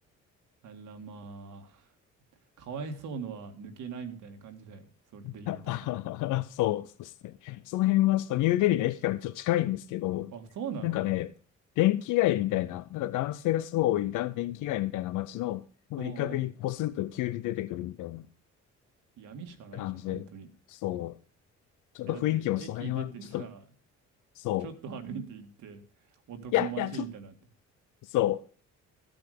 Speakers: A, on the right; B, on the left.
A: あ。あらまあ。かわいそうのは抜けないみたいな感じだよ。それで言うと。
B: <laughs> そう、そうですね。その辺はちょっとニューデリーの駅からちょっと近いんですけど、
A: あ、そうなの
B: なんかね、電気街みたいな、なんか男性がすごい多いだ電気街みたいな街の、ほんと一角にポツンと急に出てくるみたいな
A: うんうん。闇しかないじゃん、
B: 感じで、
A: 本当に。
B: そう、ちょっと雰囲気もその辺はちょっと、
A: え、だって駅出てさ、
B: そう、
A: ちょっと歩いて行って、男の街みたいになって。
B: いや、いや、ちょっと、そう。